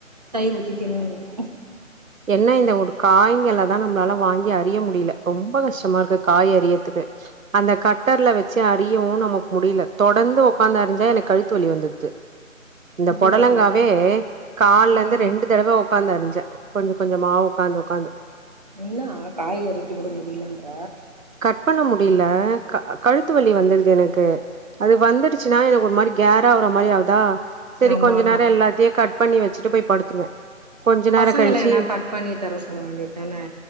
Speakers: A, on the right; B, on the right.
A: தயிர் ஊத்தி தின்னுனு இருக்குது
B: என்ன இந்த ஒரு காய்ங்கல தா நம்ளால வாங்கி அறிய முடில ரொம்ப கஷ்டமா இருக்கு காய் அறியத்துக்கு அந்த கட் ட்டர்ல வச்சி அறியவு நமக் முடில தொடந்து ஒக்காந்து அறிஞ்சா எனக் கழுத்து வலி வந்துர்து இந்த
A: இது
B: பொடலங்காவே
A: வேறயா
B: கால்ல
A: ம்
B: இந்து ரெண்டு தடவோ உக்காந்து அறிஞ்சே கொஞ்ச கொஞ்சமா உக்காந்து உக்காந்து
A: என்னா காய் அறித்து கூட முடிலன்ற
B: கட் பண்ண முடில க அ கழுத்து வலி வந்துர்தெனு கு அது வந்துடுச்சுன்னா எனக்கு ஒரு மாரி கேராவுற மாரி ஆவுதா செரி
A: ஆமா
B: கொஞ்ச நேர எல்லாத்தையு கட் பண்ணி வச்சிட்டு போய் படுத்துருவே கொஞ்ச நேர
A: பசங்கள
B: கழிச்சு
A: என்னா கட் பண்ணி தர சொல்ல வேண்டிதானே